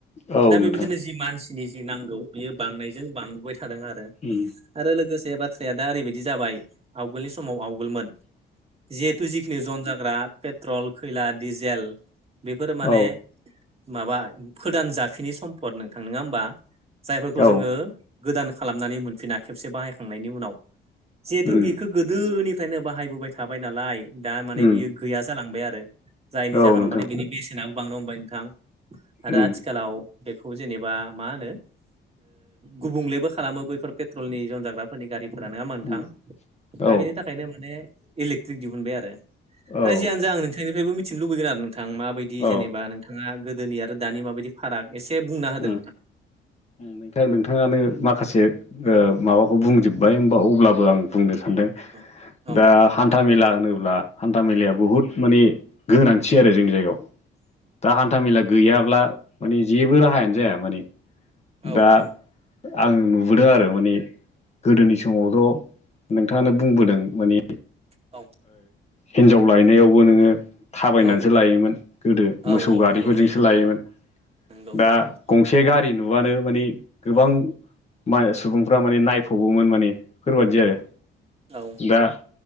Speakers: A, on the left (about 35°); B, on the right (about 30°).
A: औ
B: दा
A: नोंथां
B: बेबायदिनो जि मानसिनि जि नांगौ बियो बांनायजों बांबोबाय थादों आरो।
A: उम
B: आरो लोगोसे बाथ्राया दा ओरैबायदि जाबाय आवगोलनि समाव आवगोलमोन। जिहेथु जिखिनि जन जाग्रा पेट्रल खैला डिजेल बेफोरो
A: औ
B: माने माबा फोदान जाफिनि सम्पद नोंथां नङा होमबा? जायफोरखौ
A: औ
B: जोङो गोदान खालामनानै मोनफिना खेबसे बाहायखांनायनि उनाव जिहेथु
A: उम
B: बेखौ गोदोनिफ्रायनो बाहायबोबाय थाबाय नालाय दा माने
A: उम
B: बियो गैया जालांबाय आरो। जायनि
A: औ
B: जाहोनाव
A: नोंथां
B: माने बिनि बेसेनाबो बांनो हमबाय नोंथां आरो
A: उम
B: आथिखालाव बेखौ जेनेबा मा होनो गुबुंलेबो खालामो बैफोर पेट्रल पेट्रलनि जन जाग्राफोरनि गारिफोरा नङा होनबा नोथां
A: उम
B: दा
A: औ
B: बेनि थाखाय। ओंखायनो माने इलेकट्रिक दिहुनबाय आरो।
A: औ
B: दा जियानो जा आं नोंथांनिफ्रायबो मिथिनो लुबैगोन आरो नोंथां माबायदि
A: औ
B: जेनेबा नोंथाङा गोदोनि आरो दानि माबायदि फाराग एसे बुंना होदो
A: उम
B: नोंथां।
A: नोंथां नोंथाङानो माखासे माबाखौ बुंजोबबाय होमबा अब्लाबो आं बुंनो सानदों।
B: औ औ
A: दा हान्था मेला होनोब्ला हान्था मेलाया बुहुद माने गोनांथि आरो जोंनि जायगायाव। दा हान्था मेला गैयाब्ला माने जेबो राहायानो जाया माने।
B: औ
A: दा आं नुबोदों आरो माने गोदोनि समावथ' नोंथाङानो बुंबोदों मानि
B: औ।
A: हिन्जाव लायनायावबो नोङो थाबायनानैसो
B: औ औ
A: लायोमोन गोदो
B: औ
A: मोसौ
B: औ
A: गारिफोरजोंसो
B: नंगौ नोंथां
A: लायोमोन।
B: नंगौ
A: दा
B: नोंथां
A: गंसे गारि नुबानो मानि गोबां माय सुबुंफ्रा माने नायफबोमोन माने बेफोरबायदि आरो
B: औ
A: दा